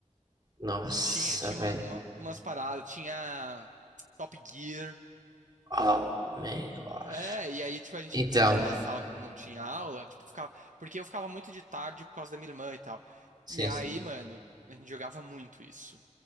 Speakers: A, on the right; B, on the right.
A: nossa,
B: tinha, tinha
A: velho.
B: uma- uma- umas paradas, tinha Top Gear.
A: Oh, my gosh.
B: É, e aí, tipo, a gente
A: Então,
B: entrava na sala quando não tinha aula, tipo, ficava, porque eu ficava muito de tarde por causa da minha irmã e tal.
A: sim,
B: E aí,
A: sim.
B: mano, a gente jogava muito isso.